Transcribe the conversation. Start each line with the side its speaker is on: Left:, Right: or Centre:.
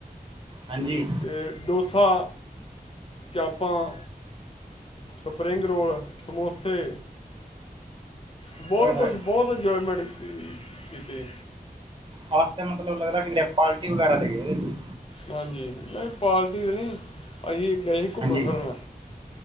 Right: ਹਾਂਜੀ
Left: ਅਤੇ ਡੋਸਾ, ਚਾਮਪਾਂ ਸਪਰਿੰਗ ਰੋਲ, ਸਮੋਸੇ ਬਹੁਤ
Right: ਹੋਏ ਹੋਏ
Left: ਕੁਛ ਬਹੁਤ ਇੰਜੋਏਮੈਂਟ ਕੀਤੀ
Right: ਵਾਸਤੇ ਮਤਲਬ ਲੱਗਦਾ ਕਿ ਪਾਰਟੀ ਵਗੈਰਾ ਦੇਗੇ ਜੀ
Left: ਹਾਂਜੀ ਨਹੀਂ ਪਾਰਟੀ ਤਾਂ ਨਹੀਂ ਅਸੀਂ ਗਏ ਸੀ ਘੁੰਮਣ
Right: ਹਾਂਜੀ
Left: ਫਿਰਨ